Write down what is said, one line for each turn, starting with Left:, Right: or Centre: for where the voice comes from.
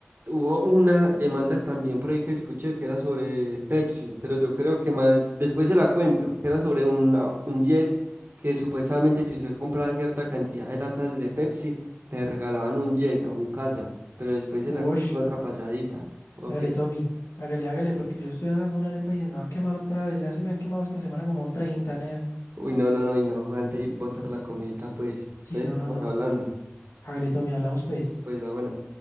Right: hubo una demanda también por ahí que escuché que era sobre Pepsi, pero yo creo que más, después se la cuento, que era sobre una- un jet que supuestamente si usted compraba cierta cantidad de latas de Pepsi, le regalaban un jet a un casa, pero después se
Left: Ush,
Right: la cuento en otra pasadita. Ok.
Left: hágale, Tommy. Hágale, hágale, porque yo estoy haciendo una arepa y se me va a quemar otra vez. Ya se me han quemado esta semana como 30, nea.
Right: Uy, no, no, no, y no aguanta y botar la comidita, pues.
Left: Sí,
Right: Entonces
Left: no,
Right: estamos
Left: no, no.
Right: hablando,
Left: Hágale, Tommy, hablamos pues.
Right: pues la buena.